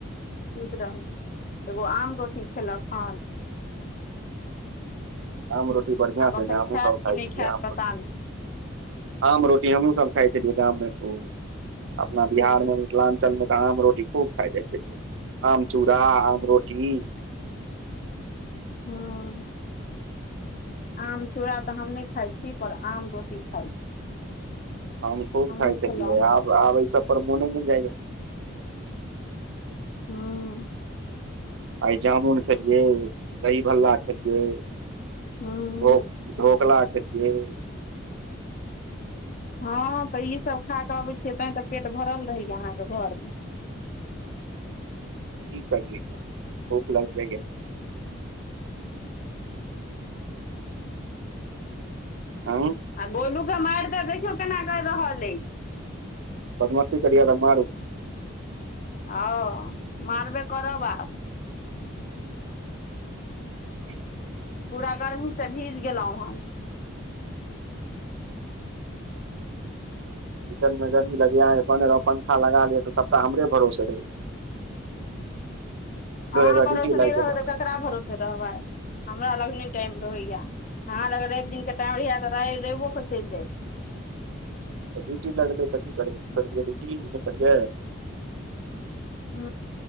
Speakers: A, on the left; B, on the right.
A: सुत रहल एगो आम रोटी खेलक हन
B: आम रोटी बढ़आ
A: आब
B: छै
A: अखन
B: ने आम
A: खायत
B: सब
A: कि
B: खाय
A: नहि
B: छै
A: खायत
B: आम
A: पता
B: रोटी
A: नहि
B: आम रोटी हमहूँ सब खाइ छी गाममे त अपना बिहारमे
A: हँ
B: मिथिलाञ्चल मे तऽ आम रोटी खूब खा जाइ छै लोग आम चूड़ा आम रोटी
A: हूंम्म आम चूड़ा तऽ हम नहि खाइ छी पर आम रोटी खाइ छी
B: हम खूब
A: हमहुँ
B: खााय
A: खेलहुँ
B: छलियै
A: हन
B: आब आब ऐ सब पर मोने नहि जाइया
A: हँ
B: आइ जामुन खेलियै दही भल्ला खेलियै
A: हूँ
B: भो ढोकला छै जे
A: हँ तऽ ई सब खा कऽ अबै छियै तैं तऽ पेट भरल रहैया अहाँके घरमे <inaudible>
B: की सगेत भोख लग जागय आँय
A: आ गोलू के मारि तऽ देखियौ केना कर रहल अछि
B: बद्मस्ती करियाद मारू
A: हँ मारबे करब आब
B: <inaudible> <inaudible>
A: पूरा गर्मी से भीज गेलहुं हेन
B: किचन मे जमी लगिया पंखा लगा ले तऽ सबटा हमरे भरोसे रहै छै
A: अहाँ
B: एकटा
A: भरोसे
B: ड्यूटी
A: नहि
B: लागि
A: रहबै
B: गेल हमरा
A: तऽ ककरा भरोसे रहबै हमरा लग नहि टाइम रहैया अहाँ लग रवि दिनके टाइम रहैया तऽ रा रवियोकेऽ चलि जाइ
B: रीटी ल पी रीटी करीयै
A: हू